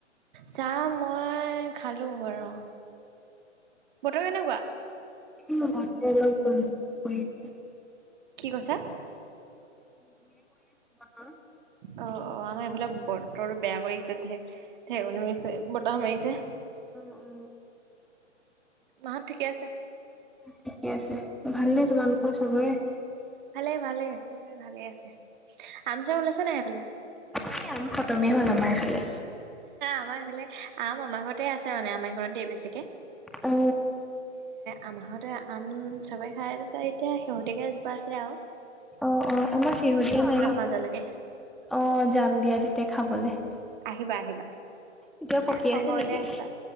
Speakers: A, on the right; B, in the centre.
A: চাম মই খালোঁ বাৰু বতৰ কেনেকুৱা
B: <unintelligible>
A: কি কৈছা
B: হা
A: অ অ আমাৰ এইফালে বতৰো বেয়া কৰি আছে ঢেকনি মাৰিছে বতাহ মাৰিছে
B: অ অ
A: মাহঁত ঠিকে আছে
B: ঠিকে আছে ভাল নে তোমালোকৰ চবৰে
A: ভালে ভালে চবে ভালে আছে আম আচাৰ ওলাইছে নাই সেইফালে
B: এই আম খতমেই হ'ল আমাৰ এফালে
A: আমাৰ এইফালে আম আমাৰ ঘৰতে আছে মানে আমাৰ এইকণতে বেছিকে
B: অ
A: আমা ঘৰতে আম চবে খাই আছে এতিয়া শেহতীয়াকে এজোপা আছে আও
B: অ অ আমাৰ শেহতীয়া নায়েই
A: মাজলৈকে
B: অ যাম দিয়া তেতিয়া খাবলে
A: আহিবা আহিবা
B: এতিয়া পকী
A: সময়
B: আছে নেকি
A: উলিয়াই আহিবা।